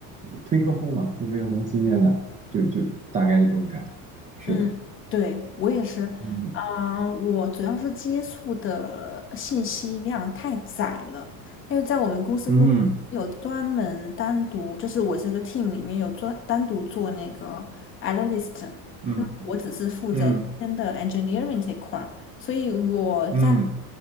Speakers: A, on the right; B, on the left.
A: 推客户嘛，就没有什么新鲜感，就就大概就这种感觉，是的，
B: 嗯，对，我也是，
A: 嗯
B: 啊、我主要是接触的信息量太窄了，因为在我们公司部门有专门单独，
A: 嗯
B: 就是我这个 team 里面有专单独做那个 analyst，
A: 嗯
B: 那我只是负责中间的
A: 嗯
B: engineering 这一块儿，所以我在
A: 嗯